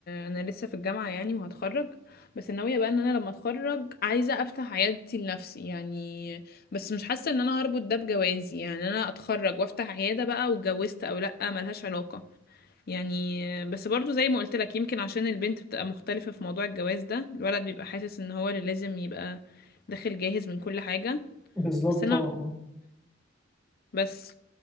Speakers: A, on the left; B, in the centre.
A: انا لسه في الجامعه يعني وهتخرج بس ناويه بقى ان انا لما اتخرج عايزه افتح عيادتي لنفسي يعني بس مش حاسه ان انا هربط ده بجوازي يعني انا اتخرج وافتح عياده بقى واتجوزت او لا ملهاش علاقه يعني بس برضو زي ما قلت لك يمكن عشان البنت بتبقى مختلفه في موضوع الجواز ده الولد بيبقى حاسس ان هو اللي لازم يبقى داخل جاهز من كل حاجه
B: بالظبط
A: بس انا
B: طبعا اه
A: بس